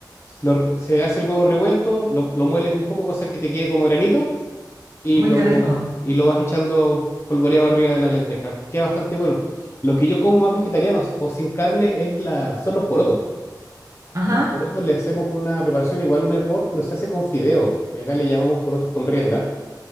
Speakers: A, on the left; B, on the right.
A: lo- se hace el huevo revuelto, lo, lo mueles un poco, cosa que te quede como granito, y
B: Uy,
A: lo,
B: qué rico.
A: y lo vas echando polvoreado arriba de las lentejas. Queda bastante bueno. Lo que yo como más vegetariano o sin carne es la, son los porotos.
B: Ajá,
A: Los porotos le hacemos una preparación igual a un hervor, pero se hace con fideo, que acá le llamamos porotos con rienda,